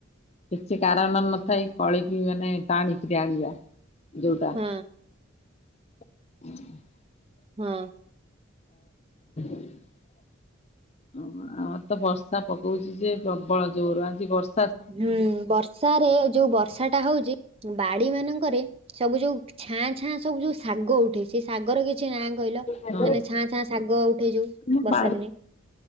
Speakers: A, on the left; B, on the right.
A: କିଛି କାରଣ ନଥାଇ କଳିକି ମାନେ ଟାଣିକିରି ଆଣିବା। ଯୋଉଟା
B: ହୁଁ।
A: <inaudible>
B: ହଁ।
A: <unintelligible> ଆମର ତ ବର୍ଷା ପକଉଛିି ଯେ ପ୍ରବଳ ଜୋର ଆଜି ବର୍
B: ହୁଁ ବର୍ଷାରେ ଯୋଉ ବର୍ଷା ଟା ହଉଛି, ବାଡି ମାନଙ୍କରେ ସବୁ ଯୋଉ ଛାଁ ଛାଁ ସବୁ ଯୋଉ ଶାଗ ଉଠେ। ସେ ଶାଗର କି କିଛି ନାଁ କହିଲ।
A: ଆମ
B: ମାନେ ଛାଁ ଛାଁ ଶାଗ ଉଠେ ଯୋଉ।
A: <unintelligible>
B: ବର୍ଷା ଦିନେ